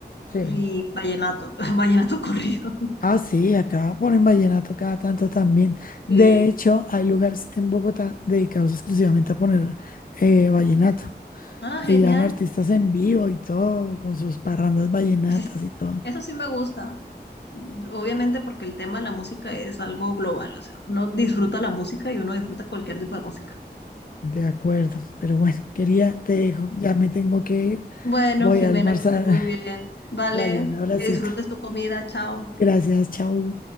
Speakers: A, on the left; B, on the left.
A: Sí.
B: Y vallenato, <laughs> vallenato corrido.
A: Ah, sí, acá ponen vallenato cada tanto también. De
B: Sí.
A: hecho, hay lugares en Bogotá dedicados exclusivamente a poner eh, vallenato.
B: Ah,
A: Y
B: genial.
A: llevan artistas en vivo y todo, con sus parrandas vallenatas
B: <laughs>
A: y todo.
B: Eso sí me gusta. Obviamente porque el tema de la música es algo global, o sea, uno disfruta la música y uno disfruta cualquier tipo de música.
A: De acuerdo, pero bueno, quería, te dejo, ya me tengo que ir.
B: Bueno,
A: Voy
B: Jimena,
A: a almorzar.
B: que estés muy
A: <laughs>
B: bien.
A: <sighs>
B: Vale,
A: Dale, un abracito.
B: que disfrutes tu comida. Chao.
A: Gracias, chao.